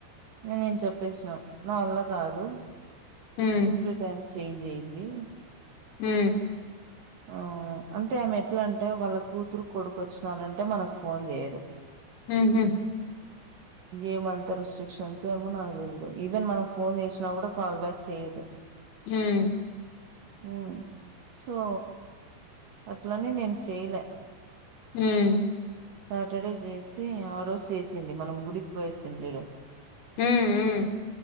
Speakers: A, on the right; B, on the left.
A: నేనేం చెప్పేసిన నా వల్ల కాదు
B: ఉమ్
A: షిప్ట్ టైం చేంజ్ అయింది
B: హ
A: అవును అంటే ఆమె ఎట్లా అంటే వాళ్ళ కూతురు కొడుకు వచ్చినారంటే మనకు ఫోన్ చేయ
B: ఉహు
A: ఏమంత రిస్టిక్షన్స్ ఏమో నాకు తెల్ దు ఈవెన్ మనం ఫోన్ చేసినా కూడా కాల్ బ్యాక్ చేయ్యదు
B: ఉమ్
A: ఊ సో అట్లనే నేను చేయలే
B: ఉమ్
A: సాటర్డే చేసి ఆ రోజు చేసింది మనం గుడికి పోయేసింది లేడు
B: ఉ ఉ